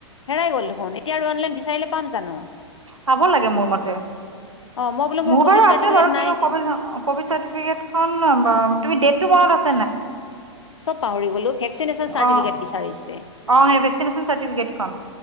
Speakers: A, on the left (about 70°); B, on the right (about 80°).
A: হেৰাই গল দেখোন এতিয়া আৰু অনলাইন বিচাৰিলে পাম জানো।
B: পাব লাগে মোৰ মতে।
A: অ মই বোলো
B: মোৰ
A: ক'ভিড
B: বাৰু
A: চাৰ্টিফিকেট
B: আছে বাৰু-
A: নাই
B: কিন্তু
A: এতিয়া
B: কবিট চাৰ্টিফিকেট খনৰ নাম বাৰ তুমি ডেটটো মনত আ।
A: চব পাহৰি গলো ভেকচিনেশচন চাৰ্টিফিকেট
B: অ',
A: বিচাৰিছে।
B: অ সেই ভেকচিন মিচন খন